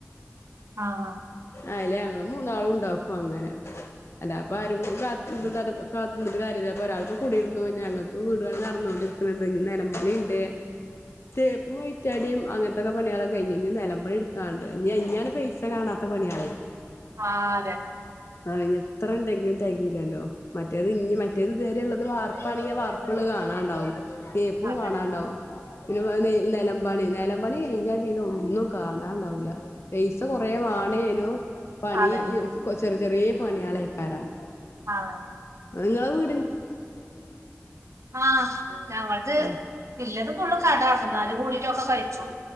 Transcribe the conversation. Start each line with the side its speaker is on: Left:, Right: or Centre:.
Right: ആഹാ
Left: അയിലെ ഞങ്ങള് മൂന്നാളു ഉണ്ടാക്കും അങ്ങനെ അല്ലാ ഇപ്പാ ആരും കാത്ത് - ഗു <unintelligible> തർ കാളി പറഞ്ഞിട്ട് കാര്യല്ല ഒരാൾക്ക് കുടിരുന്നു ഞങ്ങൾക്ക് വീട്പണി നടന്നോണ്ടിരിക്ക്ണണ്ട് ഇനി നെലം പണി ഇണ്ട് തേപ്പും ആയി മുറ്റടിം അങ്ങത്തൊക്കെ പണിയാളൊക്കെ കഴിഞ്ഞ്. ഇഞ്ഞി നെലം പണി ഇട്ക്കാണ്ട് ഇഞ്ഞി ഇഞ്ഞാണ് പൈസ കാണാത്ത പണികള് ഉ <unintelligible>
Right: ആഹ് അതെ
Left: ആ ഇനി എത്ര ഇണ്ടെങ്കിലും തെകയിലല്ലോ മറ്റേത്
Right: ഉം
Left: ഇഞ്ഞി മ മറ്റേത് ഇത് വരെയുള്ളത് വാർപ്പാണെങ്കി വാർപ്പ് ഉള്ളത് കാണാണ്ടാവും. തേപ്പും
Right: അതന്നെ
Left: കാണാണ്ടാവും പിന്നെ നെലമ്പണി നെലമ്പണി കയിഞ്ഞാ പിന്നെ ഒന്നും കാണാണ്ടാവുല പൈസ കൊറേ വേണേനു പണി
Right: അതന്നെ
Left: ചെറി ചെറിയെ പണിളേകാരം
Right: ആഹ്
Left: അത് ഇങ്ങളെ വീ
Right: ആഹ് ഞങ്ങള്ത്
Left: ആ
Right: ഇള്ളത് മുഴുവൻ കടം ആണ് എന്നാലും കൂടി- ക്കെ കഴിച്ചോളു